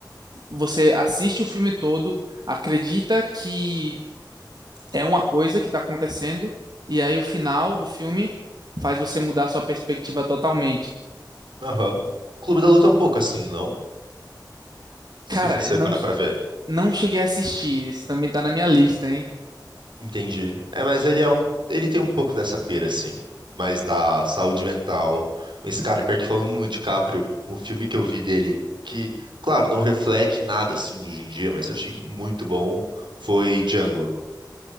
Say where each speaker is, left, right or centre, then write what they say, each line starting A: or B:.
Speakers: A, on the right; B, on the right.
A: você assiste o filme todo, acredita que é uma coisa que está acontecendo, e aí o final do filme faz você mudar sua perspectiva totalmente.
B: Aham. O Clube da Luta é um pouco assim, não? Se
A: Cara,
B: você
A: não,
B: parar pra ver.
A: não cheguei a assistir, esse também tá na minha lista, hein?
B: Entendi. É, mas ele é um, ele tem um pouco dessa pira, assim, mais da saúde mental. Mas, cara, pior que falando no DiCaprio, um filme que eu vi dele, que, claro, não reflete nada, assim, de hoje em dia, mas eu achei muito bom, foi Django.